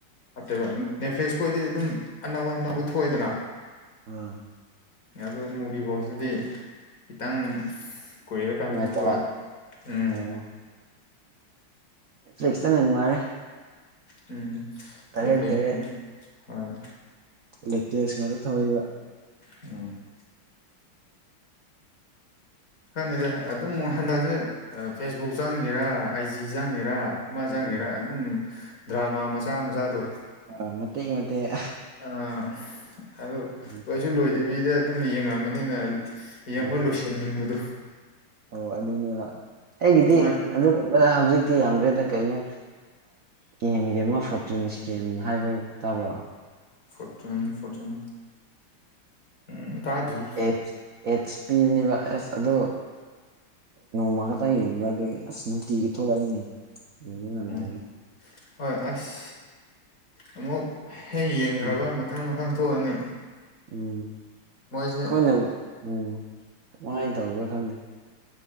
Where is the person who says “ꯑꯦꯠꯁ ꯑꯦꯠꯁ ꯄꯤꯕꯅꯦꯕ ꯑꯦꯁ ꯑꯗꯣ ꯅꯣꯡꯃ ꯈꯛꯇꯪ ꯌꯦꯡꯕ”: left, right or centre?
Right